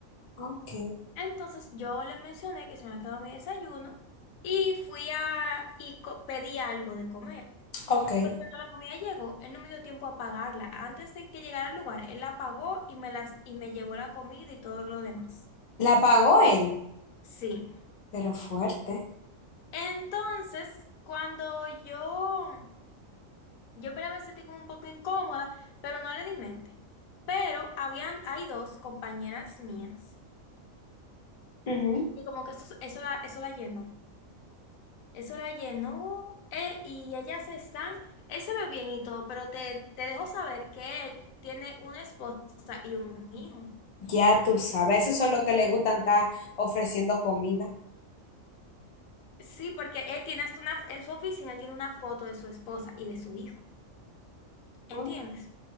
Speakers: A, on the left (about 55°); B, on the left (about 85°).
A: Ok,
B: Entonces, yo le mencioné que se me quedó mi desayuno y fui a, y co- pedí algo de comer.
A: ok.
B: Pues cuando la comida llegó, él no me dio tiempo a pagarla. Antes de que llegara al lugar, él la pagó y me las, y me llevó la comida y todo lo demás.
A: La pagó él,
B: Sí.
A: pero fuerte.
B: Entonces, cuando yo Yo primero me sentí como un poco incómoda, pero no le di mente. Pero habían, hay dos compañeras mías.
A: Ujú.
B: Y como que eso, eso la, eso la llenó. Eso la llenó. eh, y ellas están, él se ve bien y todo, pero te, te dejo saber que él tiene una esposa y un hijo.
A: Ya tú sabes, esos son los que le gustan estar ofreciendo comida.
B: Sí, porque él tiene hasta una, en su oficina, él tiene una foto de su esposa y de su hijo.
A: Ok.
B: ¿Entiendes?